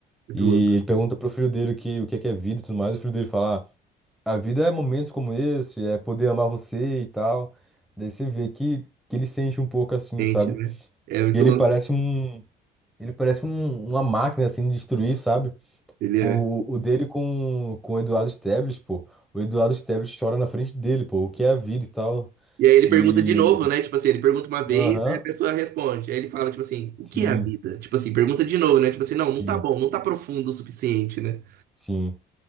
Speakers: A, on the right; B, in the centre.
A: Muito
B: E
A: louco.
B: ele pergunta pro filho dele o que, o que é que é vida e tudo mais, o filho dele fala. "Ah, a vida é momentos como esse, é poder amar você e tal. Daí você vê que, que ele sente um pouco assim,
A: Gente,
B: sabe?
A: né? É muito
B: E ele
A: louco.
B: parece um, ele parece um- uma máquina assim de destruir, sabe?
A: Ele
B: O,
A: é.
B: o dele com, com o Eduardo Sterblitch, pô. O Eduardo Sterblitch chora na frente dele, pô. O que é a vida e tal.
A: E aí ele
B: E.
A: pergunta de novo, né? Tipo assim, ele pergunta uma vez,
B: Aham.
A: aí a pessoa responde. Aí ele fala, tipo assim, o
B: sim,
A: que é a vida? Tipo assim, pergunta de novo, né? Tipo assim, não, não
B: sim,
A: tá bom, não tá profundo o suficiente, né?
B: sim.